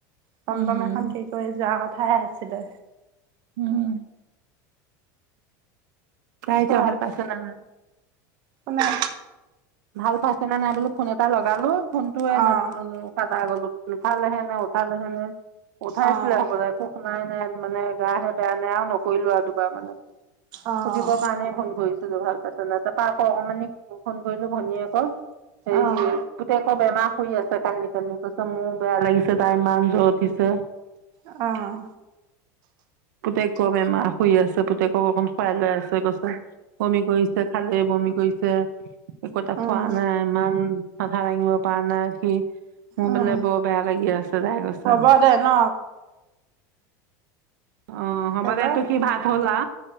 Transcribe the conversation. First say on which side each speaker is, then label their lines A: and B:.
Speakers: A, on the right; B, on the right.
A: টমটম
B: উম
A: এখন থিক কৰি যাও । খাই আছিলে।
B: উম'। তাই
A: ক
B: ইতা ভাল পাইছে নে নাই?
A: কোনে?
B: ভাল পাইছে নে নাই বোলো ফোন এটা লগালো । ফোনটোয়ে
A: অ',
B: ন কটা গলোত নুঠালেহে নে উঠাল। উম। উঠাইছিলে
A: অ',
B: হবলা! একো শুনাই নাই। মানে গাহে বেয়া নে আৰু নকৰিলো আও দুবাৰ মানে।
A: অ',
B: সুধিবৰ কাৰণে ফোন কৰিছিলো। ভাল পাইছ তাৰ পা আকৌ অকমানি কৰিছো ভনীয়েকক আকৌ হেৰি
A: অ',
B: পুতেকে শুই আছে কান্দি কান্দি তাৰ পিছত মোৰ বেয়া লাগিছে তাই ইমান জ্বৰ উঠিছে।
A: অ',
B: পুতেকৰ বেমাৰ শুই আছে পুতেক- অকণ খোৱাই লৈ আছে গৈছে। বমি কৰিছে, খালি বমি কৰিছে। ছে। একো এটা
A: উম,
B: খোৱা নাই। ম মাঠা দাঙিব পাৰা নাই, সি মোৰ
A: উম,
B: বোলে বৰ বেয়া লাগি আছে তাই কৈছে।
A: হ'ব দে ন
B: অ হ'ব
A: হেল্ল'।
B: দে তু কি ভাত হ'লা